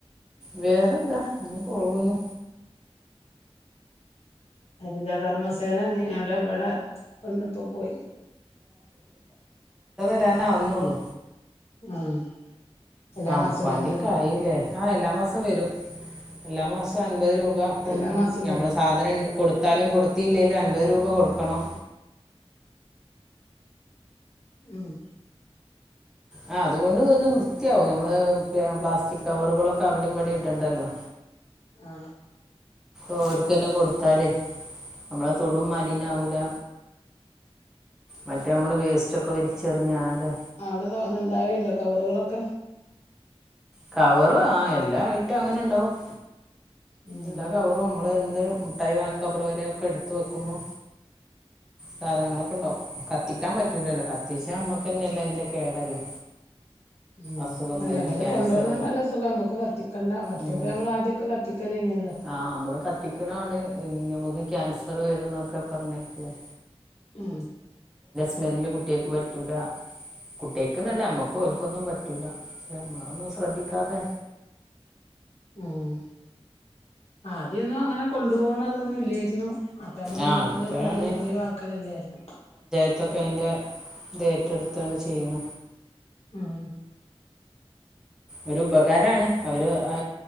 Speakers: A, in the centre; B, on the left (about 75°).
A: വേറെന്താ ഇങ്ങനെ പോകുന്നു
B: <unintelligible> കർമ്മസേന വന്നീനോ അവ്ടെ ഇബടെ വന്ന്പ്പോ പോയി
A: ത്താനാവുന്നോള്ളൂ
B: ആഹ് എല്ലാ
A: ആ
B: മാസവും
A: മുപ്പാന്തിക്കായില്ലേ
B: വരലുണ്ടോ
A: എല്ലാമാസം വരും എല്ലാ മാസം അൻപത് രൂപ കൊടുക്കണം
B: എല്ലാ മാസവും
A: ഞമ്മള്
B: വരോ
A: സാധനം കൊടുത്താലും കൊടുത്തില്ലെങ്കിലും അൻപത് <unintelligible> രൂപ കൊട്ക്കണം
B: ഉം
A: ആ അതുകൊണ്ട് ഒന്ന് വൃത്തിയാവും നമ്മള് പ്ലാസ്റ്റിക് കവറുകളൊക്കെ അവിടിം ഇവടിം ഇട്ടണ്ടല്ലോ
B: ആ
A: ഓൽക്കന്നെ കൊടുത്താല് നമ്മളെ തൊടും മലിന ആവൂല മറ്റേ നമ്മള് വേസ്റ്റ് ഒക്കെ വേലിച്ചെറിഞ്ഞാകെ
B: അവിടെ തോനെ ഇണ്ടാവൽണ്ടോ കവറുകളൊക്കെ
A: കവറ് ആ എല്ലാആയിട്ട് അങ്ങനെ ഇണ്ടാവും
B: ഉം
A: എല്ലാ കവറും നമ്മള്ന്നേ ന്ത് മുട്ടായി കവറ് വരെ ഒക്കെ എടുത്ത് വെക്കുമ്പോ സാധനങ്ങളൊക്കെണ്ടോ കത്തിക്കാൻ പറ്റൂലല്ലോ കത്തിച്ചാ ഞമ്മക്കന്നല്ലേ അയ്ന്റെ കേടല്ലേ
B: ഉം
A: അസുഖം
B: അല്ല
A: വരണ
B: ഇബല് കൊണ്ട്
A: ക്യാൻസർ
B: കൊണ്ടോന്നോണ്ട് നല്ല സുഖാ നമ്മക്ക് കത്തിക്കണ്ട മറ്റേപ്പം
A: ഉം
B: നമ്മള് ആദ്യൊക്കെ കത്തിക്കലേന്യലൊ <inaudible>
A: ആ നമ്മള് കത്തിക്കണാണ് നമുക്ക് ക്യാൻസർ വരുംന്നൊക്കെ പറഞ്ഞ് <unintelligible>
B: ആ
A: സ്മെല്ല് കുട്ട്യാക്ക് പറ്റൂല കുട്ട്യാക്ക് നല്ല ഞമ്മക്കും ഓൽക്കൊന്നും പറ്റൂല <unintelligible> ഒന്നും ശ്രദ്ധിക്കാതെ
B: ഉം ആദ്യൊന്നും അങ്ങനെ കൊണ്ടു പോന് ന്ന് അതൊന്നും ഇല്ലേയിരുന്നു അപ്പ നമ്മള്
A: ആ
B: വീട്ടിലെന്നെ
A: ഇപ്പോഴാണ്
B: അത് ഒഴിവക്കലല്ലായിരുന്നോ
A: ഇതൊക്കെ അയ്ന്റെ ഇത് ഏറ്റെടുത്താണ്ട് ചെയ്യ്ണ
B: ഉം
A: ഒരു ഉപകാരാണ് അവര് ആ